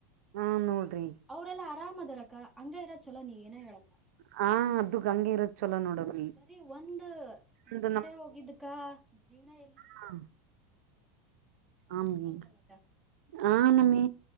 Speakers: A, on the right (about 80°); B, in the centre.
A: ಹಾ ನೋಡ್ರಿ
B: ಅವ್ರಲ್ಲ ಆರಾಮ ಅದರಕ ಹಂಗ ಇರೋ ಚೊಲೋ ನೀ ಏನ ಹೇಳಕ್ಕ
A: ಹ ಅದು ಹಂಗೆ ಇರೋದ್ ಚಲೋ ನೋಡಮ್ಮಿ
B: ಬರೀ ಒಂದ
A: ಒಂದು
B: ವಿಷಯ ಹೋಗಿದ್ದಕ್ಕ ಜೀವ್ನ ಎಲ್ಲಿ
A: ಹಾ ಹಾ ಅಮ್ಮಿ
B: ಹೌದಲ್ಲಕ್ಕ
A: ಹಾ ನಮ್ಮಿ